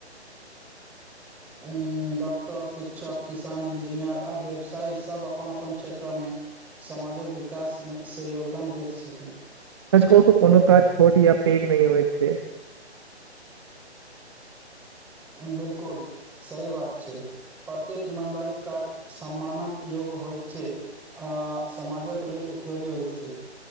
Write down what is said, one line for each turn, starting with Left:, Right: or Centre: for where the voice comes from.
Centre: ई डॉक्टर, शिक्षक, किसान, इंजीनियर आ व्यवसायी सब अपन अपन क्षेत्र में समाजक विकास में से योगदान दैत छथिन।
Right: सच कहु त कोनो काज छोट या पेग नै होइ छै।
Centre: हं बिलकुल सही बात छै। प्रत्येक ईमानदारी काज सम्मानक योग्य होइत छै। आ समाजक लेल उपयोगी होइत छै।